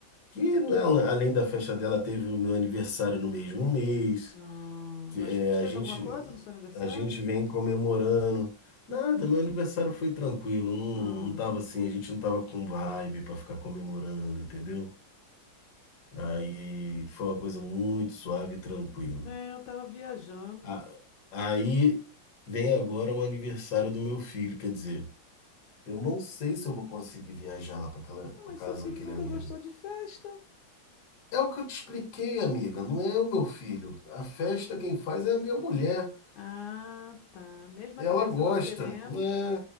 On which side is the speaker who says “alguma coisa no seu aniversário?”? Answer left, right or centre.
Left